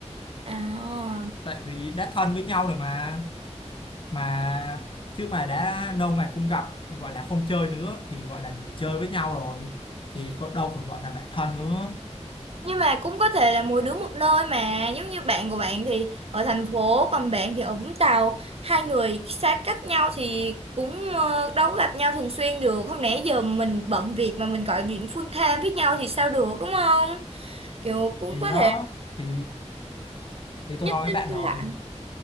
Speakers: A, on the right; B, on the left.
A: à
B: tại vì đã thân với nhau rồi mà mà chứ mà đã lâu ngày không gặp rồi gọi là không chơi nữa thì gọi là nghỉ chơi với nhau rồi thì có đâu còn gọi là bạn thân nữa
A: nhưng mà cũng có thể là mỗi đứa một nơi mà giống như bạn của bạn thì ở thành phố còn bạn thì ở Vũng Tàu hai người xa cách nhau thì cũng ờ, đâu có gặp nhau thường xuyên được không lẽ giờ mình bận việc mà mình gọi điện full time với nhau thì sao được đúng không kiểu cũng
B: thì
A: có
B: đó
A: thể
B: thì thì tôi
A: nhắn
B: nói với
A: tin
B: bạn
A: cho
B: rồi
A: lại